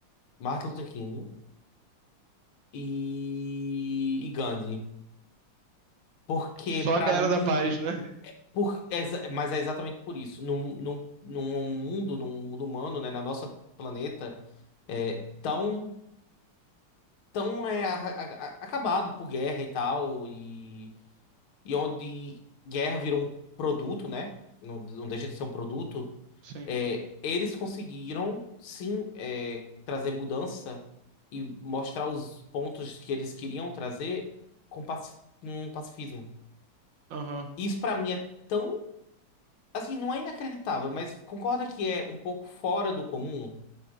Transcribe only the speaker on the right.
Só
a galera
da paz, né?
Sim.
Aham.